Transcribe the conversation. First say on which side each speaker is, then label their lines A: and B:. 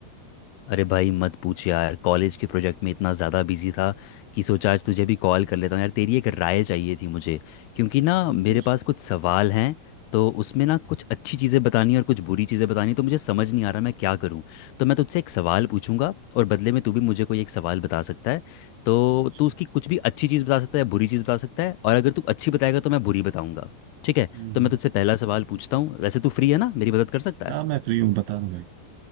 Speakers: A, on the left (about 80°); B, on the right (about 80°).
A: अरे भाई मत पूछ यार कॉलेज के प्रोजेक्ट में इतना ज़्यादा बिजी था कि सोचा आज तुझे भी कॉल कर लेता हूँ यार तेरी एक राय चाहिए थी मुझे क्योंकि ना
B: पूछ
A: मेरे
B: पूछ
A: पास कुछ सवाल हैं तो उसमें ना कुछ अच्छी चीज़ें बतानी और कुछ बुरी चीज़ें बतानी तो मुझे समझ नहीं आ रहा मैं क्या करूँ तो मैं तुझसे एक सवाल पूछूंगा और बदले में तू भी मुझे कोई एक सवाल बता सकता है तो
B: अच्छा
A: तू उसकी कुछ भी अच्छी चीज़ बता सकता है बुरी चीज़ बता सकता है और अगर तू अच्छी बताएगा तो मैं बुरी बताऊंगा ठीक है
B: हम्म
A: तो मैं तुझसे पहला सवाल पूछता हूँ वैसे तू फ्री है ना मेरी मदद कर सकता
B: ना
A: है
B: मैं फ्री हूँ बता दो भाई